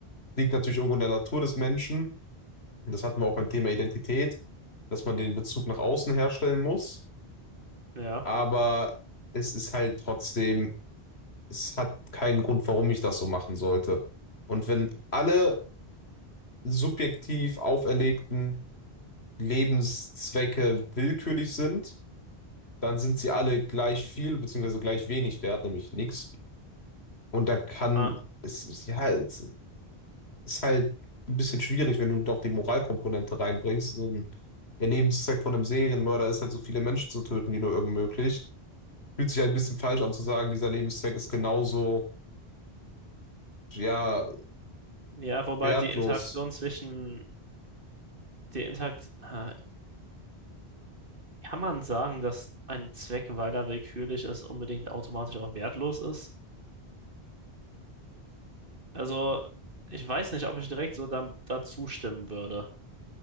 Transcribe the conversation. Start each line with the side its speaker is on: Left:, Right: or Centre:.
Left: Liegt natürlich irgendwo in der Natur des Menschen, und das hatten wir auch beim Thema Identität, dass man den Bezug nach außen herstellen muss,
Right: ja.
Left: aber es ist halt trotzdem, es hat keinen Grund, warum ich das so machen sollte. Und wenn alle subjektiv auferlegten Lebenszwecke willkürlich sind, dann sind sie alle gleich viel beziehungsweise gleich wenig wert, nämlich nichts. Und da kann
Right: Ah.
Left: es, ist- ja, es ist halt ein bisschen schwierig, wenn du noch die Moralkomponente reinbringst. Und der Lebenszweck von einem Serienmörder ist halt, so viele Menschen zu töten wie nur irgend möglich. Fühlt sich halt ein bisschen falsch an zu sagen, dieser Lebenszweck ist genauso, ja,
Right: Ja, wobei
Left: wertlos.
Right: die Interaktion zwischen, die Interakt, ah, Kann man sagen, dass ein Zweck, weil er willkürlich ist, unbedingt automatisch auch wertlos ist? Also, ich weiß nicht, ob ich direkt so da, dazu stimmen würde.